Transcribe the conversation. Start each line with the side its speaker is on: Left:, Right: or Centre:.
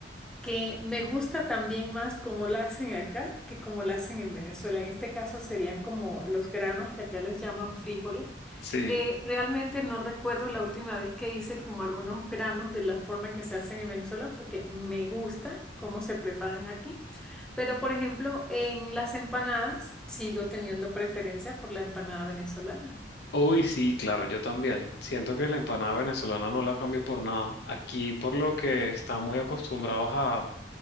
Centre: que me gusta también más cómo la hacen acá que cómo la hacen en Venezuela. En este caso serían como los granos que acá les llaman frijoles.
Left: Sí.
Centre: Eh, realmente no recuerdo la última vez que hice como algunos granos de la forma en que se hacen en Venezuela porque me gusta cómo se preparan aquí. Pero por ejemplo, en las empanadas sigo teniendo preferencia por la empanada venezolana.
Left: Uy, sí, claro, yo también. Siento que la empanada venezolana no la cambio por nada. Aquí, por lo que están muy acostumbrados a,